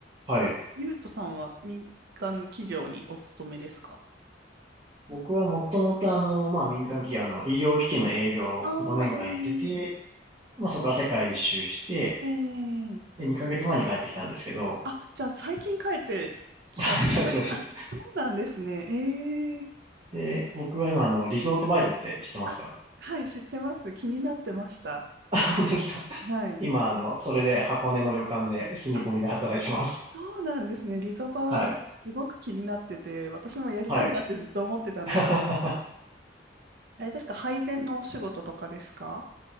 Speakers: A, on the right; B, on the right.
A: はい。
B: ゆうとさんは民間企業にお勤めですか
A: 僕はもともとあの、まあ民間企業、あの、医療機器の営業を5年間やってて、
B: ああー、え
A: まあそこから世界一周して、
B: えええ
A: で、2ヶ月前に帰ってきたんですけど、
B: あ、じゃあ最近帰ってきたばっかり、
A: <laughs> そうそうそう。
B: あ、そうなんですね。ええ
A: で、僕は今あの、リゾートバイトって知ってますか
B: あ、はい、知ってます。気になってました。
A: <laughs> 本当ですか
B: はい。
A: 今あの、それで箱根の旅館で住み込みで働いてます。
B: あ、そうなんですね。リゾバ、
A: はい。
B: すごく気になってて、私もやりたいなってずっと思ってたんですけど。
A: はい。<laughs>
B: あれですか、配膳のお仕事とかですか